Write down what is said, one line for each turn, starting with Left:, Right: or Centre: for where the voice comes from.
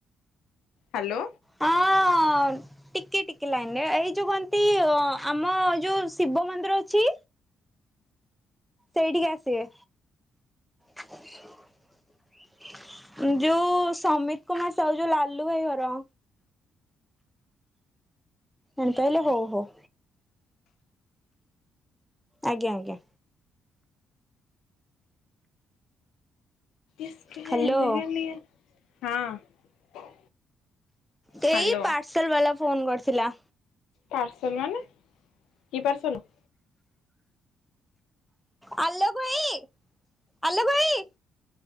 Left: ହାଲୋ।
Centre: ହଁ। ହଁ ଟିକଏ ଟିକେ ଲାଇନିରେ ଏଇ ଯେଉଁ କନ୍ତି ଆମ ଯେଉଁ ଶିବ ମନ୍ଦିର ଅଛି। ସେଇଠିକି ଆସିବେ <unintelligible> ଯୋଉ ସମିତ କୁମାର ସାହୁ ଯୋଉ ଲାଲୁ ଭାଇ ଘର। ଏନ୍ତେ ହେଲେ ହଉ ହଉ। ଆଜ୍ଞା ଆଜ୍ଞା।
Left: ଇସିକି
Centre: ହ୍ୟାଲୋ
Left: ହେ ବିଗିଲିଏ ହଁ।
Centre: ସେଇ
Left: ହ୍ୟାଲୋ।
Centre: ପାର୍ସଲ ବାଲା ଫୋନ କରିଥିଲା।
Left: ପାର୍ସଲ ମାନେ କି ପାର୍ସଲ।
Centre: ଆଲୋକ ଭାଇ, ଆଲୋକ ଭାଇ,